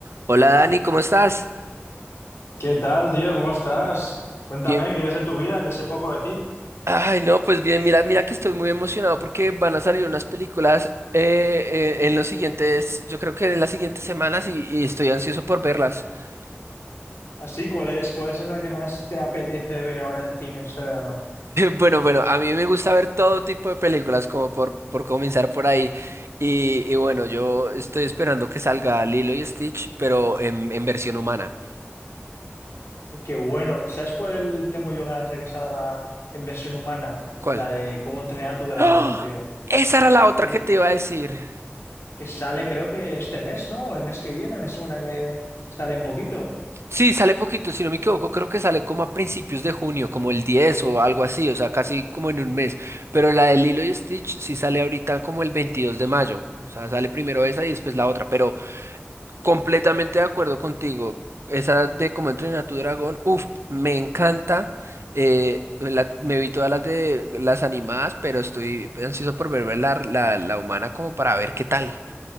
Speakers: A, on the right; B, on the left.
A: Hola Dani, ¿cómo estás?
B: ¿Qué tal, tío? ¿Cómo estás? Cuéntame,
A: Bien.
B: ¿qué es de tu vida? Que sé poco de ti.
A: Ay, no, pues bien, mira, mira que estoy muy emocionado porque van a salir unas películas eh, eh, en los siguientes, yo creo que en las siguientes semanas y, y estoy ansioso por verlas. <laughs>
B: Así, ¿cuál es, cuál es la que más te apetece ver ahora en cines este verano?
A: bueno, bueno, a mí me gusta ver todo tipo de películas, como por, por comenzar por ahí. Y, y bueno, yo estoy esperando que salga Lilo y Stitch, pero en, en versión humana.
B: Oh, Qué bueno. ¿Sabes cuál tengo yo ganas de que salga en versión humana?
A: ¿Cuál?
B: La de cómo entrenar a tu dragón,
A: ¡Ah!
B: tío.
A: Esa era la otra
B: Que,
A: que te iba a decir.
B: que sale creo que este mes, ¿no? O el mes que viene, me suena que sale en poquito.
A: Sí, sale poquito, si no me equivoco, creo que sale como a principios de junio, como el 10 o algo así, o sea, casi como en un mes. Pero la de Lilo y Stitch sí sale ahorita como el 22 de mayo, o sea, sale primero esa y después la otra. Pero completamente de acuerdo contigo, esa de Cómo entrenar a tu dragón, uff, me encanta. eh, la- me vi todas las de las animadas, pero estoy ansioso por verme la, la, la humana como para ver qué tal.